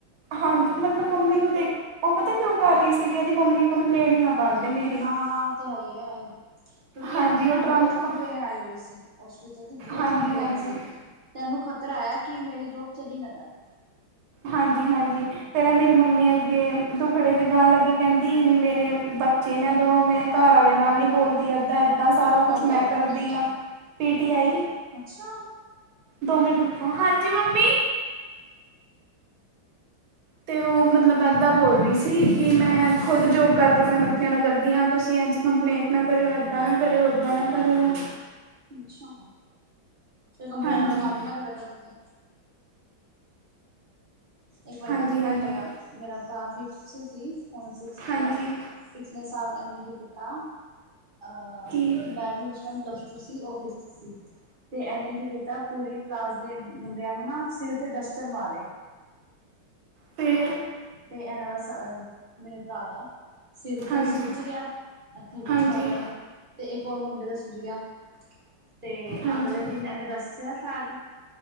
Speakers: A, on the right (about 85°); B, on the right (about 50°).
A: ਹਾਂਜੀ ਮਤਲਬ ਮੰਮੀ ਨੂੰ ਦੇਖ ਉਹ ਪਤਾ ਕਿਉਂ ਕਰ ਰਹੀ ਸੀ ਵੀ ਉਹਦੀ ਮੰਮੀ ਕੰਪਲੇਂਟ ਨਾ ਕਰਦੇ ਮੇਰੀ।
B: ਹਾਂ ਹਾਂ, ਉਹ ਤੇ ਹੈ ਹੀ ਐ। ਕਿਉਂਕਿ
A: ਹਾਂਜੀ
B: ਏਦੀ ਨਾ
A: ਉਹ ਡਰਾਮਾ
B: ਬਹੁਤ ਕੰਪਲੇਂਨ
A: ਤਾਂ
B: ਆਈ ਹੋਈ ਸੀ, ਉਸ ਟੀਚਰ ਦੀ ਬਹੁਤ
A: ਹਾਂਜੀ
B: ਕੰਪਲੇਂਨ
A: ਹਾਂਜੀ
B: ਸੀ। ਤੈਨੂੰ ਖ਼ਤਰਾ ਏ, ਕਿ ਮੇਰੀ ਜੋਬ ਚਲੀ ਨਾ ਜਾਵੇ।
A: ਹਾਂਜੀ ਹਾਂਜੀ। ਫੇਰ ਮੇਰੀ ਮੰਮੀ ਅੱਗੇ ਦੁਖੜੇ ਜੇ ਗਾਣ ਲੱਗੀ, ਕਹਿੰਦੀ ਵੀ ਮੇਰੇ ਬੱ ਬੱਚੇ ਨੇ ਦੋ, ਮੈਂ ਘਰ ਵਾਲੇ ਨਾਲ ਨਹੀਂ ਬੋਲਦੀ, ਇੱਦਾਂ ਇ ਏਦਾਂ ਸਾਰਾ
B: ਕੌਣ
A: ਕੁਛ
B: ਕਹਿ
A: ਮੈਂ
B: ਰਹੀ
A: ਕਰਦੀ ਆ, ਪੀ ਟੀ ਆਈ।
B: ਅੱਛਾ!
A: ਦੋ ਮਿੰਟ ਰੁਕੋ, ਹਾਂਜੀ ਮੰਮੀ। ਤੇ ਉਹ ਮਤਲਬ ਇਦਾਂ ਬੋਲ ਰਹੀ ਸੀ, ਕਿ ਮੈਂ ਖ਼ੁਦ ਜੋਬ ਕਰਕੇ ਆਪਣੇ ਬੱਚਿਆਂ ਨਾਲ ਕਰਦੀ ਹਾਂ। ਤੁਸੀਂ ਇੰਝ ਕੰਪਲੇਂਟ ਨਾ ਕਰਿਓ, ਏਦਾਂ ਨਾ ਕਰਿਓ, ਓਦਾਂ ਨਾ ਕਰਿਓ।
B: ਅੱਛਾ, ਤੇ ਕੰਪਲੇਨ
A: ਹਾਂਜੀ
B: ਵਾਲੇ ਕੰਮ ਹੀ ਨਾ ਕਰਿਆ ਕਰ ਤੂੰ ਤੇ। ਇੱਕ ਵਾਰੀ
A: ਹਾਂਜੀ
B: ਪਤਾ
A: ਹਾਂਜੀ
B: ਕੀ ਹੋਇਆ, ਮੇਰਾ ਭਰਾ ਫਿਫਥ ਚ ਸੀ, ਹੁਣ ਸਿਕਸਥ
A: ਹਾਂਜੀ
B: ਐ ਪਿਛਲੇ ਸਾਲ ਇਹਨੇ ਕੀ ਕੀਤਾ, ਅਹ
A: ਕੀ
B: ਮੈਂ ਵੀ ਉਸ ਮੈਂ ਪਲੱਸ ਟੂ ਸੀ, ਉਹ ਫਿਫਥ 'ਚ ਸੀ ਤੇ ਇਹਨੇ ਕੀ ਕੀਤਾ ਪੂਰੀ ਕਲਾਸ ਦੇ ਮੁੰਡਿਆਂ ਨੂੰ ਨਾ, ਸਿਰ ਤੇ ਡਸਟਰ ਮਾਰੇ
A: ਫਿਰ
B: ਤੇ ਇਹਨਾਂ ਦਾ, ਮੇਰੇ ਭਰਾ ਦਾ ਸਿਰ
A: ਹਾਂਜੀ
B: ਤੇ ਸੁਜ ਗਿਆ ਮੱਥੇ ਵਿੱਚ
A: ਹਾਂਜੀ
B: ਮਾਰਿਆ ਉਹਨੇ, ਤੇ ਇੱਕ ਹੋਰ ਮੁੰਡੇ ਦਾ ਸੁੱਜ ਗਿਆ। ਤੇ
A: ਹਾਂਜੀ
B: ਅਗਲੇ ਦਿਨ ਇਹਨੇ ਦੱਸਿਆ ਸ਼ਾਇਦ